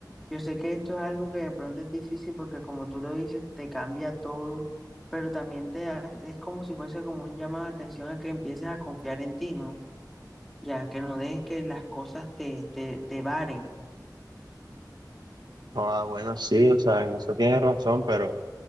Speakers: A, in the centre; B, on the right (about 75°).
A: Yo sé que esto es algo que de pronto es difícil porque como tú lo dices, te cambia todo, pero también te ha- es como si fuese como un llamado de atención a que empieces a confiar en ti, ¿no? Ya, que no dejes que las cosas te, te, te varen.
B: Ah, bueno, sí, o sea, en eso tienes razón, pero...